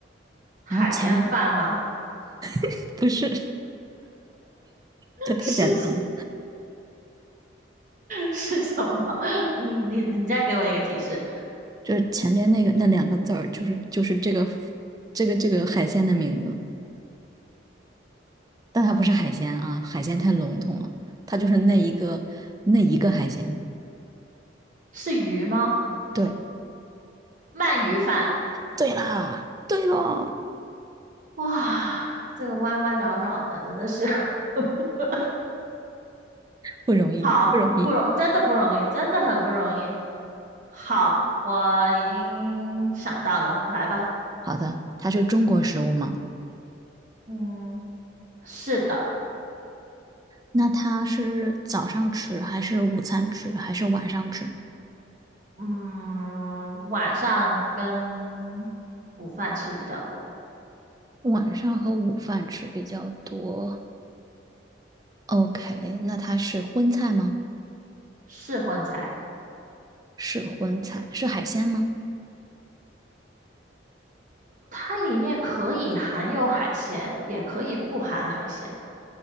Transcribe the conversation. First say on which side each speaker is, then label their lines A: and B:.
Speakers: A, on the right (about 40°); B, on the right (about 20°).
A: 海鲜饭吗？
B: 然后前面 <laughs> 不是，
A: <laughs>
B: 这太简单了，
A: 是是什么？<laughs> 你你你再给我一个提示，
B: 就是前面那个那两个字儿，就是就是这个这个这个海鲜的名字，但它不是海鲜啊，海鲜太笼统了，它就是那一个那一个海鲜。
A: 是鱼吗？
B: 对，
A: 鳗鱼饭。
B: 对啦，对了。
A: 哇，这个弯弯绕绕的，真的是 <laughs>
B: 不容易，
A: 好不容，
B: 不容易。
A: 真的不容易，真的很不容易。好，我已经想到了，来吧。
B: 好的，它是中国食物吗？
A: 嗯。嗯是的，
B: 那它是早上吃，还是午餐吃，还是晚上吃？
A: 嗯，晚上跟午饭吃比较多，
B: 晚上和午饭吃比较多。OK，那它是荤菜吗？
A: 是荤菜。
B: 是荤菜，是海鲜吗？
A: 它里面可以含有海鲜，也可以不含海鲜。